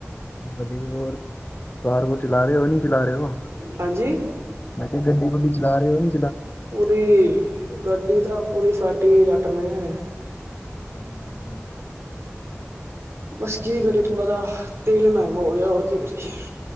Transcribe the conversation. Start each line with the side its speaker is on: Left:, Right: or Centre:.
Left: ਵਧੀਆ ਹੋਰ ਕਾਰ ਬ ਚਲਾ ਰਹੇ ਹੋ ਨੀ? ਚਲਾ ਰਹੇ ਹੋ
Right: ਹਾਂਜੀ
Left: ਮੈਂ ਕਿਹਾ ਗੱਡੀ ਗੁੱਡੀ ਚਲਾ ਰਹੇ ਉਹ ਨੀ
Right: ਪੂਰੀ ਗੱਡੀ ਦਾ ਪੂਰੀ। ਪਾਟੀ ਹੋਈ ਜੱਟ ਨੇ।
Left: ਹਮ।
Right: ਬਸ ਕੀ ਕਰੀਏ
Left: ਜੀ
Right: ਥੋੜਾ ਜਾ। ਤੇਲ ਮਹਿੰਗਾ ਹੋ ਗਿਆ ਹੋਰ ਕੀ ਕਰੀਏ?